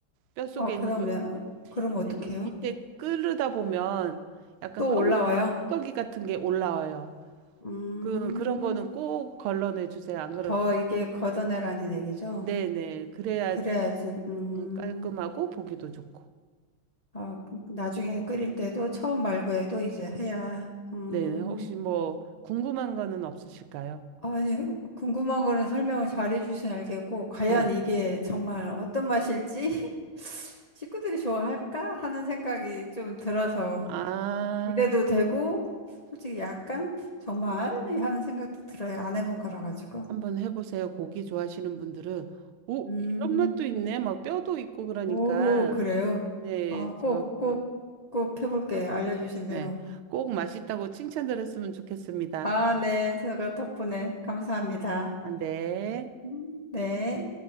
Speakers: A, on the right; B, on the left.
A: 뼈 속에
B: 어, 그러면,
A: 있는 거
B: 그럼
A: 이때,
B: 어떡해요?
A: 이때 끓이다 보면 약간
B: 또
A: 검은
B: 올라와요?
A: 떡이 같은 게 올라와요.
B: 음,
A: 그 그런 거는 꼭 걸러내 주세요. 안 그러면
B: 더 이게 걷어내라는 얘기죠?
A: 네네 그래야
B: 그래야지, 음,
A: 음, 깔끔하고 보기도 좋고.
B: 어, 나중에 끓일 때도 처음 말고 해도 이제 해야, 음,
A: 네네 혹시 뭐 궁금한 거는 없으실까요?
B: 아니, 궁금한 거는 설명을 잘 해주셔야 알겠고, 과연
A: 아.
B: 이게 정말 어떤 맛일지 <laughs> 식구들이 좋아할까 하는 생각이 좀 들어서
A: 아,
B: 기대도 되고, 솔직히 약간 정말 하는 생각도 들어요. 안 해본 거라 가지고.
A: 한번 해보세요. 고기 좋아하시는 분들은, 오,
B: 음.
A: 이런 맛도 있네. 막 뼈도 있고 그러니까.
B: 오, 그래요?
A: 네,
B: 어, 꼭,
A: 저,
B: 꼭,
A: 그,
B: 꼭 해볼게요. 알려주신 대로.
A: 예, 꼭 맛있다고 칭찬 들었으면 좋겠습니다.
B: 아, 네. 제가 덕분에 감사합니다.
A: 안 돼.
B: 음, 네.